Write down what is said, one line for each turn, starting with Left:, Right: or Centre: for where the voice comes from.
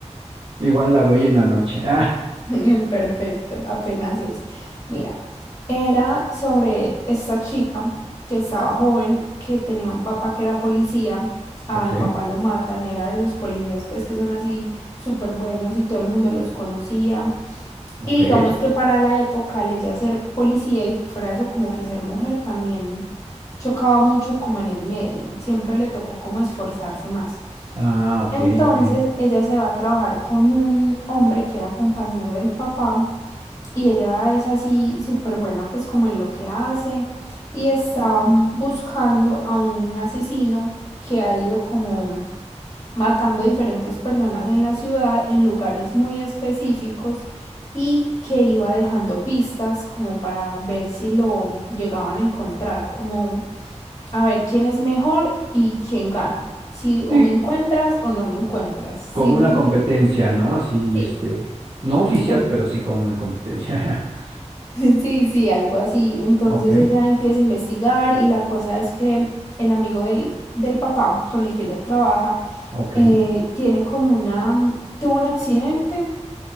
Right: Igual la veo hoy en la noche. <laughs>
Left: <laughs> Perfecto, apenas es. Mira, era sobre esta chica que estaba joven, que tenía un papá que era policía, al
Right: Ok,
Left: papá lo matan, era de esos policías pues que son así súper buenos y todo el mundo los conocía,
Right: ok.
Left: Y digamos que para la época, el ella ser policía y fuera eso, como que ser mujer también chocaba mucho como en el medio, siempre le tocó como esforzarse más.
Right: Ah, ok,
Left: Entonces
Right: ok.
Left: ella se va a trabajar con un hombre que era compañero del papá y ella es así súper buena pues como en lo que hace y estaban buscando a un asesino que ha ido como matando a diferentes personas en la ciudad en lugares muy específicos y que iba dejando pistas como para ver si lo llegaban a encontrar, como a ver quién es mejor y quién gana, si o
Right: Sí,
Left: me encuentras o no me encuentras, ¿sí
Right: como
Left: me
Right: una
Left: entiendes?
Right: competencia, ¿no? Así,
Left: Sí.
Right: este, no oficial,
Left: Al-
Right: pero sí como una competencia. <laughs>
Left: <laughs> Sí, sí, algo así. Entonces
Right: Ok,
Left: ella empieza a investigar y la cosa es que el amigo del, del papá con el que ella trabaja
Right: ok.
Left: eh, tiene como una, tuvo un accidente